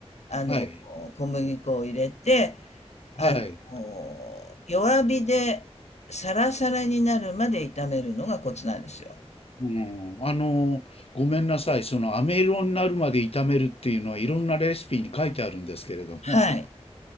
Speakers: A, on the left; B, on the left.
A: あの、
B: い。
A: 小麦粉を入れて、あの、
B: はい。
A: 弱火でサラサラになるまで炒めるのがコツなんですよ。
B: うん、あの、ごめんなさい。その、飴色になるまで炒めるっていうのは、いろんなレシピに書いてあるんですけれども、
A: はい。